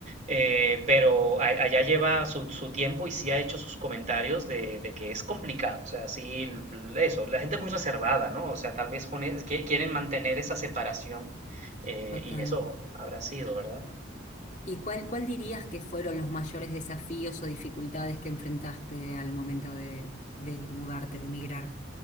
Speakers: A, on the right; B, on the left.
A: eh, pero a- allá lleva su, su tiempo y sí ha hecho sus comentarios de, de que es complicado, o sea, sí, l- eso, la gente es muy reservada, ¿no? O sea, tal vez con, es- que- quieren mantener esa separación eh,
B: Total.
A: y eso habrá sido, ¿verdad?
B: ¿Y cuál, cuál dirías que fueron los mayores desafíos o dificultades que enfrentaste al momento de, de mudarte, de emigrar?